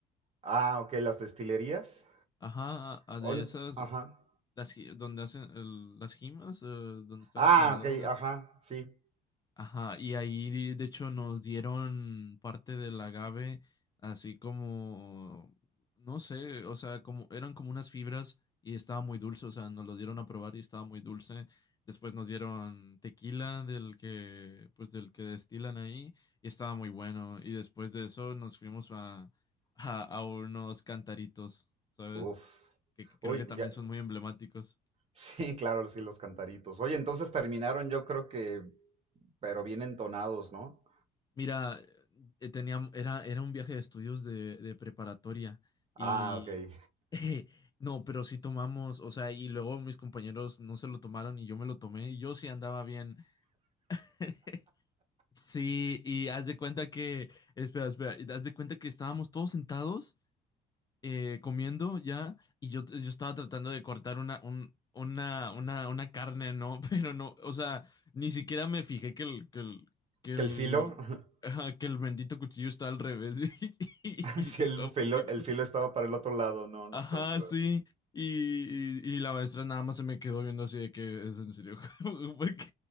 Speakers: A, on the right (about 40°); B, on the left (about 25°).
A: Ah, ok, las destilerías.
B: Ajá, a-
A: Oh,
B: de
A: no,
B: esas,
A: ajá.
B: las, ji- donde hacen el- las jimas, eh, donde están
A: Ah,
B: los jimadores.
A: ok, ajá, sí.
B: Ajá, y ahí de hecho nos dieron parte del agave, así como, no sé, o sea, como eran como unas fibras y estaba muy dulce, o sea, nos lo dieron a probar y estaba muy dulce. Después nos dieron tequila del que, pues del que destilan ahí y estaba muy bueno. Y después de eso nos fuimos a, a, a unos cantaritos, ¿sabes?
A: Uf.
B: que que creo
A: Uy,
B: que también
A: ya. <laughs>
B: son muy emblemáticos.
A: Sí, claro, sí, los cantaritos. Oye, entonces terminaron, yo creo que, pero bien entonados, ¿no?
B: Mira, eh, tenía, era, era un viaje de estudios de, de preparatoria y
A: Ah, ok.
B: <laughs> no, pero sí tomamos, o sea, y luego mis compañeros no se lo tomaron y yo me lo tomé y yo sí andaba bien. <laughs> Sí, y haz de cuenta que, espera, espera, y haz de cuenta que estábamos todos sentados eh, comiendo ya y yo, yo estaba tratando de cortar una, un- una, una, una carne, ¿no? <laughs> Pero no, o sea, ni siquiera me fijé que el, que el, que
A: ¿Que
B: el,
A: el filo? <laughs>
B: ajá, que el bendito cuchillo está al revés. <laughs> Y,
A: <laughs>
B: dije,
A: Si el
B: "Ah,
A: filo,
B: ¿por qué no?
A: el filo estaba para el otro lado, no, no
B: Ajá,
A: puede ser.
B: sí. Y, y, y la maestra nada más se me quedó viendo así de que es en serio. <laughs> Porque,